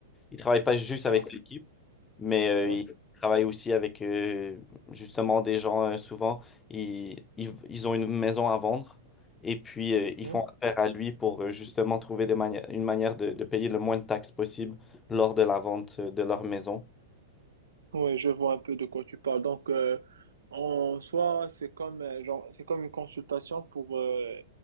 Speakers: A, on the left (about 15°); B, on the right (about 70°).
A: ne travaille pas juste avec
B: ah,
A: l'équipe. Mais euh,
B: ouais.
A: il travaille aussi avec euh, justement des gens, euh, souvent, ils, ils, ils ont une maison à vendre et puis euh, ils
B: oui.
A: font affaire à lui pour euh, justement trouver des mani- une manière de, de payer le moins de taxes possible lors de la vente euh, de leur maison.
B: Oui, je vois un peu de quoi tu parles. Donc, euh, en soi, c'est comme, euh, genre, c'est comme une consultation pour euh,